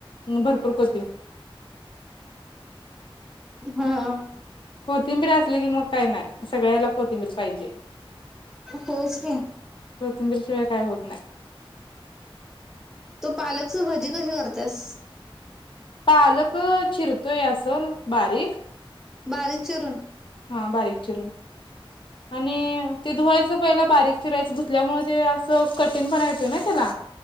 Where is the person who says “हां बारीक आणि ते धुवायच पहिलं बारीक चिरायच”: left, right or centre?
Left